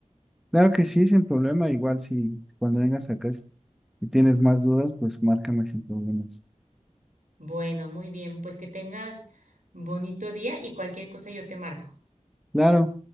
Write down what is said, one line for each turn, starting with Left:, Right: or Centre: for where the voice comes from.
Centre: Claro que sí, sin problema. Igual si cuando vengas acá, si tienes más dudas, pues márcame sin problemas.
Right: Bueno, muy bien, pues que tengas bonito día y cualquier cosa yo te marco.
Centre: Claro.